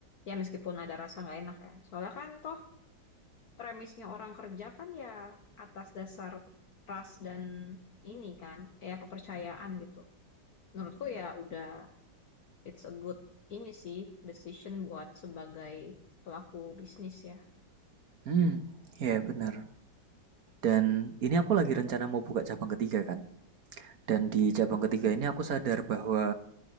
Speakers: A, on the left; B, on the right.
A: ya meskipun ada rasa nggak enak ya soalnya kan toh premisnya orang kerja kan ya atas dasar trust dan ini kan kayak kepercayaan gitu. Menurutku ya udah it's a good ini sih decision buat sebagai pelaku bisnis ya.
B: Hmm, ya yeah, benar Dan ini aku lagi rencana mau buka cabang ketiga kan. Dan di cabang ketiga
A: Hmm.
B: ini aku sadar bahwa